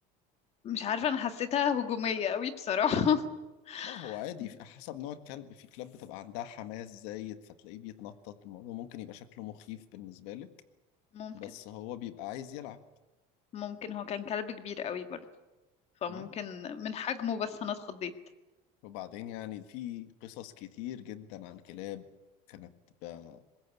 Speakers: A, on the left (about 35°); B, on the left (about 80°).
A: مش عارفة انا حسيتها هجومية قوي بصراحة
B: لا هو عادي
A: <laughs>
B: في- حسب نوع الكلب في كلاب بتبقى عندها حماس زايد فتلاقيه بيتنطط الموضوع ممكن يبقى شكله مخيف بالنسبة لك
A: ممكن
B: بس هو بيبقى عايز يلعب
A: ممكن هو كان كلب كبير قوي برضه فممكن
B: م?
A: من حجمه بس انا اتخضيت
B: وبعدين يعني في قصص كتير جدا عن كلاب كانت بقى